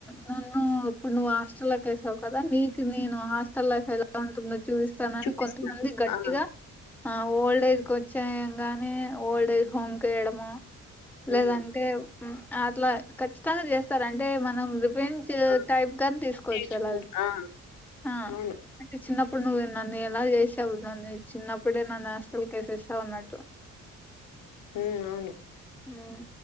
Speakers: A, in the centre; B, on the left (about 85°).
A: నే ఇప్పుడు, నువ్వు హాస్టల్ లకి వేసావు, గదా నీకు నేను హాస్టల్ లైఫ్ ఎలా ఉంటుందో. చూస్తానని,
B: చూపిస్తాడు
A: కొంతమంది గట్టిగా,
B: ఆ
A: ఆ ఓల్డ్ఎజ్ కి వ చేయంగానే, ఓల్డేజ్ హోమ్కి వేయడము. లేదంటే
B: ఉమ్
A: అట్లా ఖచ్చితంగా చేస్తారు. అంటే మనం ఫెంచ్
B: ఆ
A: టైప్ గాని తీసుకోవచ్చులా,
B: నేర్చుకో ఆ
A: అ
B: అవును
A: అంటే చిన్న ఇప్పుడు, నువ్వు నన్ను ఎలా చేసేవ, నన్ను చిన్నప్పుడే నన్ను హాస్టల్ కేసే. టవున్నట్టు.
B: ఉ అవును.
A: మ్